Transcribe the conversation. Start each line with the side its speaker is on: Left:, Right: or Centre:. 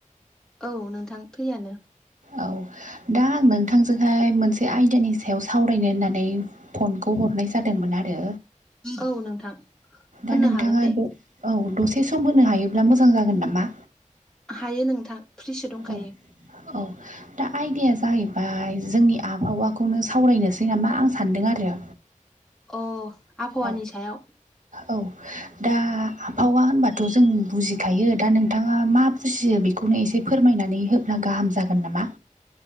Centre: औ नोंथां फ्रियानो।
Right: औ। दा आं नोंथांजोंहाय मोनसे आयदानि सायाव सावरायनो होननानै फनखौ हरनाय जा मोन आरो
Centre: औ नोंथां होननो
Right: दा नोंथाङा
Centre: हागोन
Right: औ
Centre: दे
Right: दसे सम होनो हायोब्ला मोजां जागोन नामा।
Centre: हायो नोंथां फ्रिसो दंखायो।
Right: औ औ दा आयदाया जाहैबाय जोंनि आबहावाखौनो सावरायनोसै नामा आं सानदों आरो
Centre: अ आबहावानि
Right: औ
Centre: सायाव
Right: औ दा आबहावा होनबाथ' जों बुजिखायो दा नोंथाङा मा बुजियो बे खौनो एसे फोरमायनानै होब्ला गाहाम जागोन नामा।